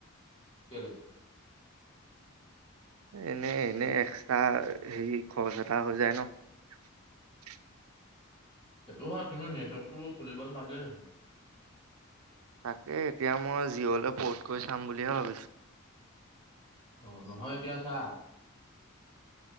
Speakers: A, on the left; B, on the right.
A: কেলে
B: এনেই এনে এক্সৰ্স্তা, হেৰি খৰচ এটা হৈ যায় ন। <unintelligible>
A: সেইটো হয় কিন্তু নেটৱৰ্কতটো চলিব লাগে।
B: তাকে এতিয়া মই জিঅলৈ পৰ্ট কৰি চাম বুলিহে ভাবিছো।
A: অ' নহয় এতিয়া চা